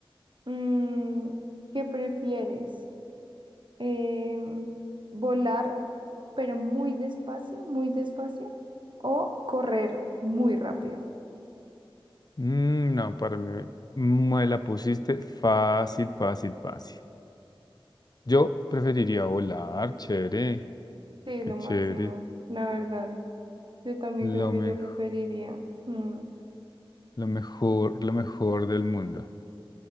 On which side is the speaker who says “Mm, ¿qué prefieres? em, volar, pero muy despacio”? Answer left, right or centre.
Right